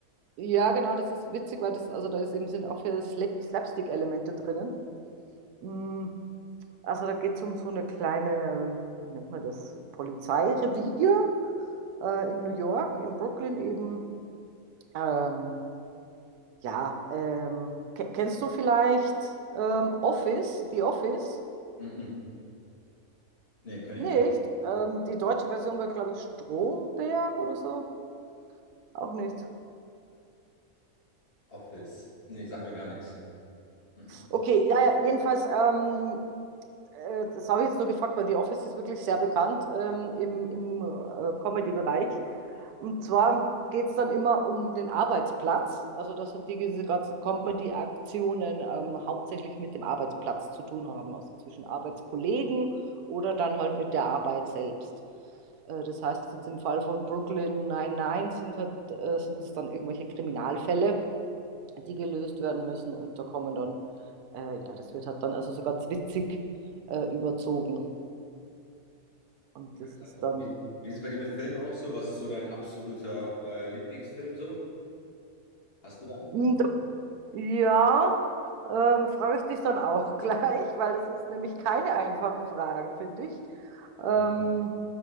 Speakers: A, on the right; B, on the left.
A: ja, genau, das ist witzig, weil das, also da ist eben, sind auch viele Slap Slapstick-Elemente drinnen. Mm, also da geht es um so eine kleine, wie nennt man das, Polizeirevier äh, in New York, in Brooklyn eben. Ähm, ja, ähm, ke- kennst du vielleicht ähm, Office, The Office?
B: Mm-mm. Nee, kenne
A: Nicht.
B: ich nicht.
A: Ähm, die deutsche Version war, glaube ich, Stromberg oder so. Auch nicht.
B: Office. Nee, sag mir gar nichts. Mm-mm.
A: Okay, ja, ja, jedenfalls, ähm, äh, das habe ich jetzt nur gefragt, weil The Office ist wirklich sehr bekannt ähm, im, im äh, Comedy-Bereich. Und zwar geht es dann immer um den Arbeitsplatz, also dass halt die, diese ganzen Comedy-Aktionen ähm, hauptsächlich mit dem Arbeitsplatz zu tun haben, also zwischen Arbeitskollegen oder dann halt mit der Arbeit selbst. Äh, Das heißt, jetzt im Fall von Brooklyn 99 sind halt, äh, sind es dann irgendwelche Kriminalfälle die gelöst werden müssen. Und da kommen dann, äh, ja, das wird halt dann also so ganz witzig äh, überzogen. Und
B: Ja,
A: das
B: krass.
A: ist dann,
B: Wie, wie ist es bei dir mit Filmen aus so? Was ist so dein absoluter äh, Lieblingsfilm so? Hast du da einen?
A: Mm, da, ja, ähm, frage ich dich dann auch <laughs> gleich, weil das ist nämlich keine einfache Frage, finde ich. Ähm,
B: Mhm.